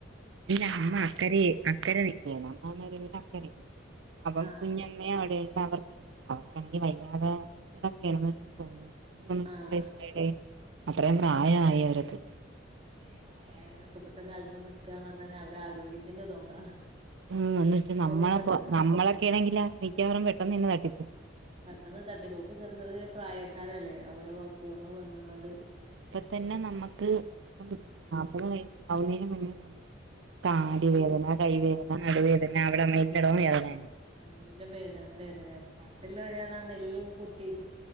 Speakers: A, on the right; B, on the right.
A: ഇല്ല അമ്മ അക്കര അക്കര നിക്കയാണ് അമ്മമ്മാരെ വീട് അക്കരയാ അപ്പം
B: ആഹ്
A: കു അമ്മ അവിടെണ്ട് അവർക്ക് വയ്യാതെടക്കണെന്ന് <unintelligible> <unintelligible>
B: ആഹ്
A: അത്രയു പ്രായായി അവരൊക്കെ
B: പ്രായയവരൊക്കെ ഇപ്പഴത്തെ കാലത്ത് നിക്കാ നർഞ്ഞാല് തന്നെ അവരെ ആരോഗ്യത്തിന്റെ ഇതുകൊണ്ടാണ്
A: ഉം എന്ന
B: നമ്മൾക്കൊക്കെ
A: വെച്ചാ നമ്മളെപ്പോ
B: പെട്ടെന്ന്
A: നമ്മളൊക്കെ ആണെങ്കിൽ മിക്കവാറും പെട്ടെന്നന്നെ തട്ടിപ്പോ
B: ഇന്ന് തട്ടിപ്പോക്ക് ചെറ് ചെറിയ പ്രായക്കാരല്ലേ ഓരോ അസുഖങ്ങള് വന്നങ്ങാണ്ട്
A: ഇപ്പ തന്നെ നമ്മക്ക് ഇപ്പം
B: ഉം
A: നാപത് വയസ ആവുന്നയിന് മുന്നേ തന്നെ താടിവേദന
B: ഉം
A: കൈവേദന നടുവേദന അവിടെല്ലിടവും വേദന
B: <unintelligible> പണ്ടുള്ള വേദനആ നെല്ലൊക്കെ കുത്തീട്ട